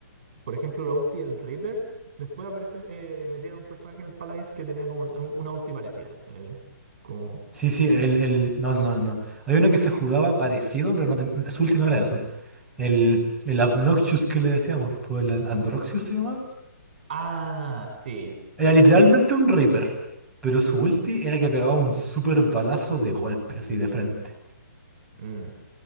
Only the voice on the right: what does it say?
por ejemplo, la ulti del Reaper, después apareció, eh, metieron un personaje en el Paladins que tenía como una ulti parecida, eh, como...
Ah, sí, sí,
mm,